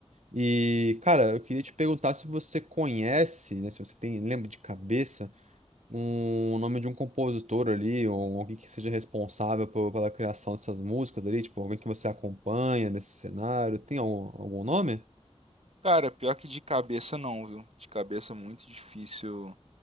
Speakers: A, on the right (about 85°); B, on the right (about 65°).
A: E, cara, eu queria te perguntar se você conhece, né? Se você tem, lembra de cabeça, um o nome de um compositor ali, ou alguém que seja responsável por- pela criação dessas músicas ali, tipo, alguém que você acompanha nesse cenário. Tem algum, algum nome?
B: Cara, pior que de cabeça não, viu? De cabeça é muito difícil